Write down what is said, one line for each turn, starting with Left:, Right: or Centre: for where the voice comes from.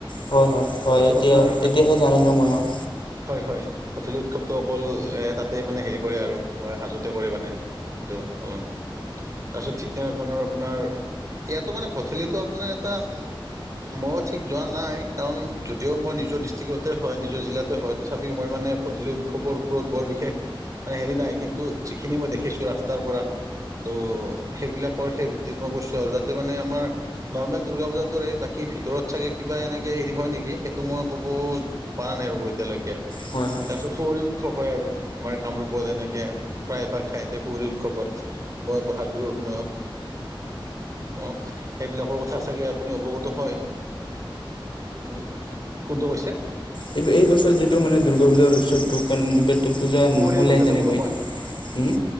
Left: হয়- হয়- হয়
Right: তাৰপিছত
Left: এতিয়া-
Right: আপোনাৰ
Left: এতিয়াহে জানিলো মই আৰু
Right: হয় - হয় ভঠেলী উৎসৱটোটো অকল এ তাতে মানে হেৰি কৰে আৰু। হাজোতে কৰে মানে সেইটো পালন। তাৰপিছত ঠিক তেনে ধৰণৰ আপোনাৰ, ইয়াতো মানে <unintelligible> থেলিটো আপোনাৰ এটা মইও ঠিক যোৱা নাই, কাৰণ যদিও মই নিজৰ দৃচ কতে হয় নিজৰ জিলাতে হয়, তথাপি মই মানে ভঠেলি উৎসৱৰ ওপৰত বৰ বিশেষ মানে হেৰি নাই, কিন্তু যিখিনি মই দেখিছো ৰাস্তাৰ পৰা ত', সেইবিলাকৰ সেই ভিত্তিত মই কৈছো আৰু যাতে মানে আমাৰ নৰ্মেল দূৰ্গা পূজাত দৰে বাকী ভিতৰত চাগে কিবা এনেকে হেৰি হয় নেকি, সেইটো মই ক'ব পৰা নাই ৰ'ব এতিয়ালৈকে।
Left: হয়-হয়।
Right: তাৰ পাছত শুৱৰী উৎসৱ হয় আৰু আমাৰ কামৰূপত এনেকে প্ৰায়ভাগ ঠাইতে শুৱৰি উৎসৱ হয়, ব বহাগ বিহুৰ সময়ত। অ', সেইবিলাকৰ কথা চাগে আপুনি অৱগত হয়, উম, কোনটো কৈছে?
Left: এইব এই বছৰত যিটো মানে দুৰ্গা পূজাৰ উৎসৱটো কাৰণ এইবাৰটো পূজা
Right: সুঁৱৰিৰ
Left: নহ'লেই
Right: কথা
Left: তেনেকৈ,
Right: যে ক'লো মই।
Left: উম।